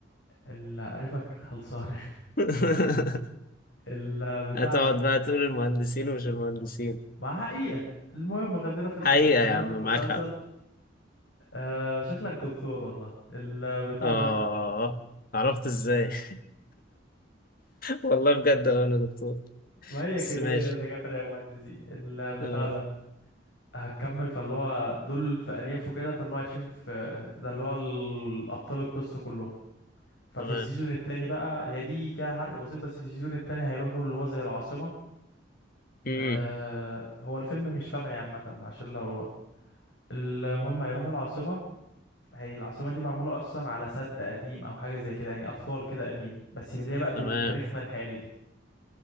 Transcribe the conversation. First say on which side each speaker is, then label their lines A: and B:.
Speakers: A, on the left; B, on the left.
A: اللي عارفك خلصان
B: <laughs>
A: <laughs> البتاع
B: هتقعد
A: ده
B: بقى تقول المهندسين ومش المهندسين
A: مع حقيقة المهم خلينا في الأف...
B: حقيقة
A: خلينا
B: يا عم
A: في المسلسل
B: معاك حق
A: آه... شكلك دكتور والله البتاع
B: آه
A: ده
B: عرفت إزاي <laughs> والله بجد أنا دكتور
A: ما هي
B: بس
A: كده
B: ماشي
A: هي دكاترة يا مهندسين البتاع
B: آه
A: ده هتكمل فاللي هو دول في ارياف وكده فاللي هو عايشين في ده اللي هو ال- ابطال القصه كلهم ففي
B: تمام
A: السيزون التاني بقى هي دي فيها حرق بسيط بس في السيزون التاني هيروحوا اللي هو زي العاصمه
B: مم.
A: آه هو الفيلم مش فاهمني عامه عشان لو المهم هيروحوا العاصمه هي العاصمه دي معموله اصلا على سد قديم او حاجه زي كده يعني اطلال كده قديم بس من اللي هي بقى بين
B: تمام
A: تاريخنا الحالي دي